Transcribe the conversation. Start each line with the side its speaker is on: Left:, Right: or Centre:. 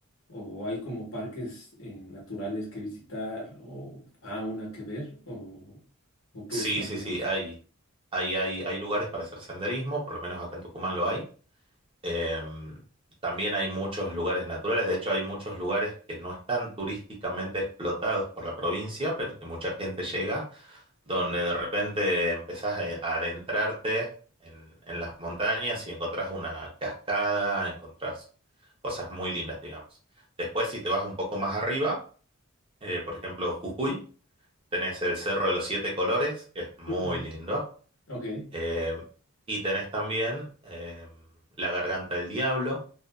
Left: o hay como parques eh, naturales que visitar, o fauna que ver, o, o qué
Right: Sí,
Left: es más
Right: sí,
Left: o menos.
Right: sí, hay, hay, hay, hay lugares para hacer senderismo, por lo menos acá en Tucumán lo hay. Em, también hay muchos lugares naturales, de hecho hay muchos lugares que no están turísticamente explotados por la provincia, pero que mucha gente llega donde de repente empezás a a adentrarte en, en las montañas y encontrás una cascada, encontrás cosas muy lindas, digamos. Después, si te vas un poco más arriba, eh, por ejemplo, Jujuy, tenés el Cerro de los Siete Colores, que es muy
Left: Mm, mm,
Right: lindo,
Left: Ok,
Right: eh, y tenés también eh, la Garganta del Diablo,